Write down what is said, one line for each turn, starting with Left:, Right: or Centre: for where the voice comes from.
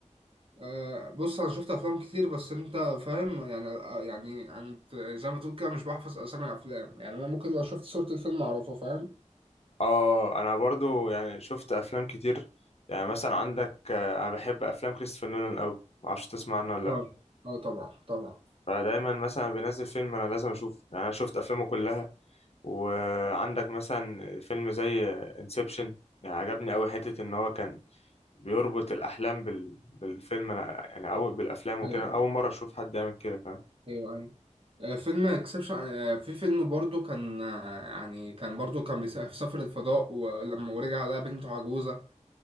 Right: أه بص انا شفت افلام كتير بس انت فاهم يعني آه، يعني انت زي ما تقول كده مش بحفظ اسامي افلام يعني انا ممكن لو شفت صورة الفيلم اعرفه فاهم
Left: اه انا برضه يعني شفت افلام كتير يعني مثلا عندك آه، انا بحب افلام كريستوفر نولان قوي معرفش تسمع عنه ولا
Right: اه
Left: لا
Right: اه طبعا طبعا
Left: فدايما مثلا بينزل فيلم انا لازم اشوفه يعني انا شفت افلامه كلها وعندك مثلا فيلم زي انسبشن يعني عجبني أوي حتة إن هو كان بيربط الأحلام بال... بالفيلم أنا يعني أول بالأفلام وكده
Right: ايوه ايوه
Left: أول مرة أشوف حد يعمل كده فاهم
Right: ايوه أيوة. آه، فيلم اكسبشن في فيلم برضو كان آه، يعني كان برضو كان بيس- في سفر الفضاء ولما ورجع لقى بنته عجوزة